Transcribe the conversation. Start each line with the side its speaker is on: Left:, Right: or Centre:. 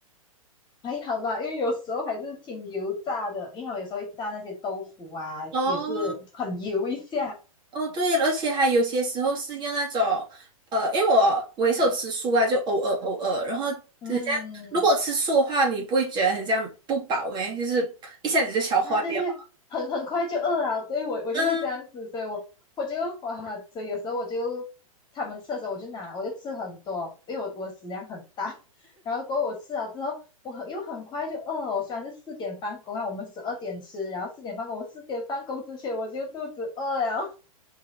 Left: 还好吧，因为有时候还是挺油炸的，因为我有时候会炸那些豆腐啊，
Right: 哦
Left: 也是很油一下。
Right: 哦，对，而且还有些时候是用那种，呃，因为我我也是有吃素啊，就偶尔偶尔。然后
Left: 嗯，
Right: 如果吃素的话，你不会觉得很像不饱咩？就是一下子就消化掉了
Left: 啊，对对对，很很快就饿了。对我我就是这样子，
Right: 嗯，
Left: 所以我我就哇，所以有时候我就他们吃的时候，我就拿我就吃很多，因为我我食量很大。<laughs> 然后过后我吃了之后，我很又很快就饿了。我虽然是四点放工啊，我们十二点吃，然后四点放工，我四点放工之前我就肚子饿了。